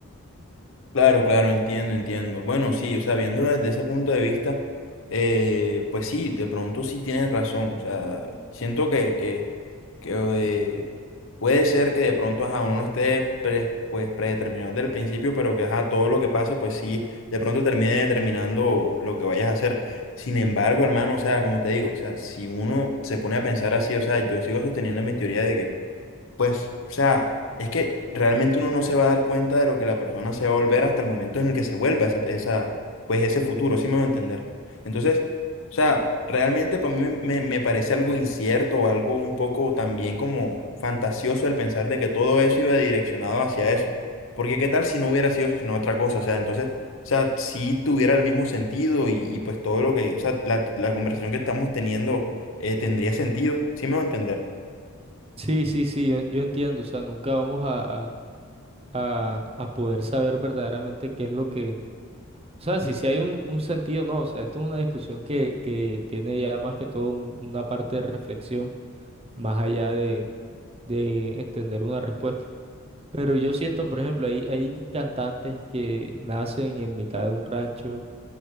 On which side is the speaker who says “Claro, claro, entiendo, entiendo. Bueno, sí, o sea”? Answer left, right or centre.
Left